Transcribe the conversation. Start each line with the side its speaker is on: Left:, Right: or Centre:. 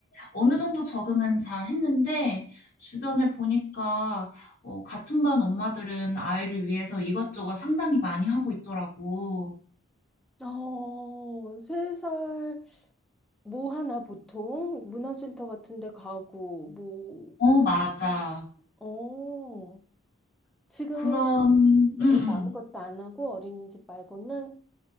Left: 어느 정도 적응은 잘 했는데 주변에 보니까 어, 같은 반 엄마들은 아이를 위해서 이것저것 상당히 많이 하고 있더라고.
Centre: 어, 세 살 뭐 하나 보통 문화센터 같은 데 가고 뭐,
Left: 어, 맞아.
Centre: 음, 어, 지금
Left: 그런, 응, 응.
Centre: 애기 아무것도 안 하고 어린이집 말고는